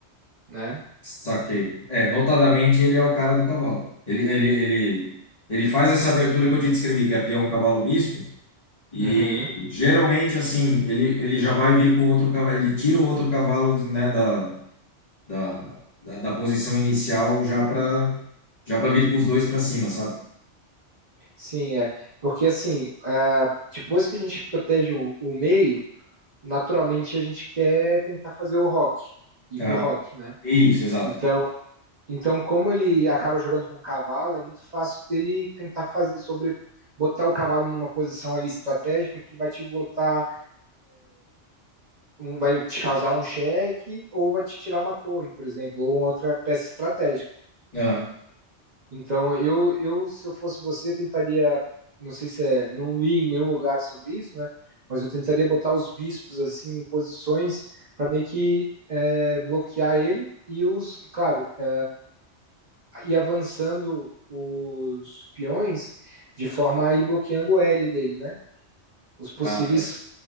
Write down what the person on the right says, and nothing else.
né?
Uhum.
Sim, é. Porque assim, ah, depois que a gente protege o, o meio, naturalmente a gente quer tentar fazer o rock, ir
pro rock, né?
Então, então como ele acaba jogando com o cavalo, é muito fácil dele tentar fazer sobre botar o cavalo numa posição ali estratégica que vai te botar, um- vai te causar um cheque ou vai te tirar uma torre, por exemplo, ou uma outra peça estratégica.
Então, eu, eu, se eu fosse você, tentaria, não sei se é, não li em nenhum lugar sobre isso, né? Mas eu tentaria botar os bispos assim em posições para meio que é, bloquear ele e os, e claro, é, ir avançando os peões de forma a ir bloqueando o L dele, né? Os possíveis,